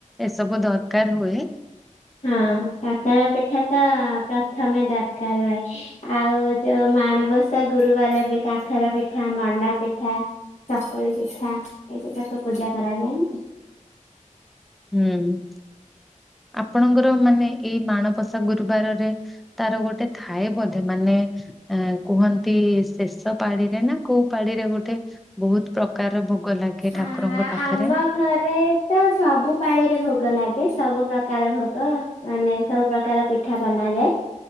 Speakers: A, in the centre; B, on the left.
A: ଏସବୁ ଦରକାର ହୁଏ।
B: ହଁ କାକରା ପିଠା ଟା ପ୍ରଥମେ ଦରକାର ହୁଏ ଆଉ ଯୋଉ ମାଣବସା ଗୁରୁବାର ଏବେ କାକରା ପିଠା ମଣ୍ଡା ପିଠା। ଚକୁଳି ପିଠା ଏଗୁଡାକ ପୂଜା କରାଯାଏନି କି?
A: ହୁଁ। ଆପଣଙ୍କର ମାନେ ଏ ମାଣବସା ଗୁରୁବାରରେ ତାର ଗୋଟେ ଥାଏ ବୋଧେ ମାନେ ଆ କୁହନ୍ତି ଶେଷ ପାଳିରେ ନା କୋଉ ପାଳିରେ ଗୋଟେ ବହୁତ୍ ପ୍ରକାର ଭୋଗ ଲାଗେ ଠାକୁରଙ୍କ
B: ଆ
A: ପାଖରେ।
B: ଆମ ଘରେ ତ ସବୁ ପାଳିରେ ଭୋଗ ଲାଗେ ସବୁ ପ୍ରକାର ଭୋଗ। ମାନେ ସବୁ ପ୍ରକାର ପିଠା ବନାଯାଏ।